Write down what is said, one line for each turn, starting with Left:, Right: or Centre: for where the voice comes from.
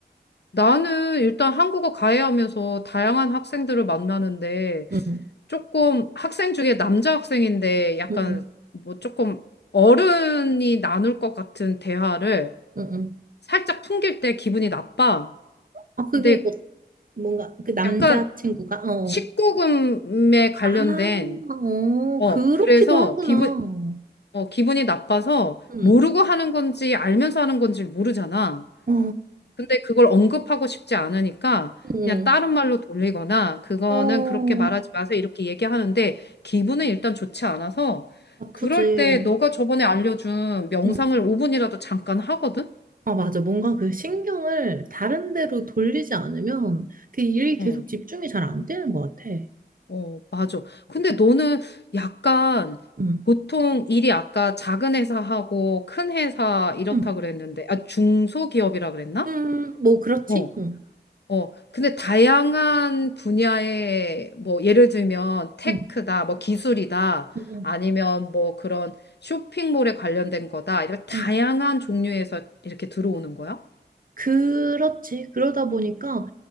Left: 나는 일단 한국어 가해하면서 다양한 학생들을 만나는데
Right: 응,
Left: 조금 학생 중에 남자 학생인데 약간
Right: 응, 응,
Left: 뭐 조금 어른이 나눌 것 같은 대화를
Right: 응, 응.
Left: 살짝 풍길 때 기분이 나빠.
Right: 아, 그게
Left: 근데
Right: 어, 뭔가 그 남자친구가,
Left: 약간
Right: 어.
Left: 19금에
Right: 어.
Left: 관련된
Right: 아, 어,
Left: 어
Right: 그렇기도
Left: 그래서
Right: 하구나.
Left: 기분 어 기분이 나빠서
Right: 응,
Left: 모르고 하는 건지 알면서 하는 건지 모르잖아.
Right: 어,
Left: 근데 그걸 언급하고 싶지 않으니까
Right: 응,
Left: 그냥 다른 말로 돌리거나 그거는
Right: 어,
Left: 그렇게 말하지 마세요 이렇게 얘기하는데 기분은 일단 좋지 않아서
Right: 나쁘지.
Left: 그럴 때 너가 저번에 알려준 명상을
Right: 응.
Left: 5분이라도 잠깐 하거든?
Right: 아, 맞아. 뭔가 그 신경을 다른 데로 돌리지 않으면 그 일이 계속
Left: 어,
Right: 집중이 잘 안 되는 것 같아.
Left: 어, 맞아. 근데 너는 약간
Right: 응.
Left: 보통 일이 아까 작은 회사하고 큰 회사 이렇다
Right: 응,
Left: 그랬는데 아 중소기업이라 그랬나?
Right: 응, 뭐, 그렇지?
Left: 어,
Right: 응,
Left: 어, 근데 다양한 분야의 뭐 예를 들면 테크다,
Right: 응,
Left: 뭐 기술이다,
Right: 응,
Left: 아니면 뭐 그런 쇼핑몰에 관련된 거다, 이렇게 다양한
Right: 응.
Left: 종류에서 이렇게 들어오는 거야?
Right: 그렇지. 그러다 보니까